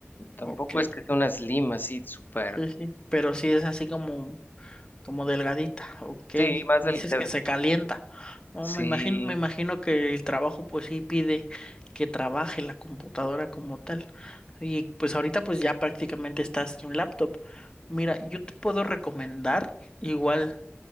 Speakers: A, on the left; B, on the left.
A: Tampoco
B: Ok,
A: es que sea una slim así, súper.
B: sí, sí. Pero sí es así como Como delgadita, ok.
A: Sí, más
B: Dices
A: del... de-
B: que se calienta. No,
A: sí,
B: me imagino, me imagino que el trabajo pues sí pide que trabaje la computadora como tal. Y pues ahorita pues ya prácticamente estás en un laptop. Mira, yo te puedo recomendar igual